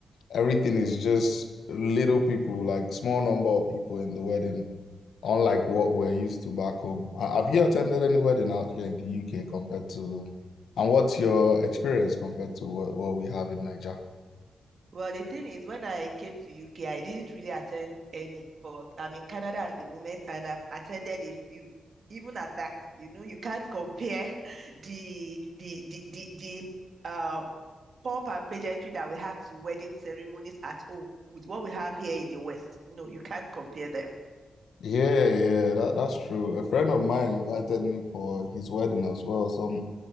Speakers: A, on the left; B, on the right.
A: everything is just little people, like small number of people in the wedding. unlike what we're used to back home. Uh, Have you attended any wedding out here in the UK compared to, and what's your experience compared to what, what we have in Nigeria?
B: Well, the thing is, when I came to UK, I didn't really attend any, but I'm in Canada at the moment and I've attended a few. Even at that, you know, you can't compare <laughs> the the the the, the uh pomp and pageantry that we had to wedding ceremonies at home with what we have here in the West. No, you can't compare them.
A: Yeah, yeah, that, that's true. A friend of mine invited me for his wedding as well, some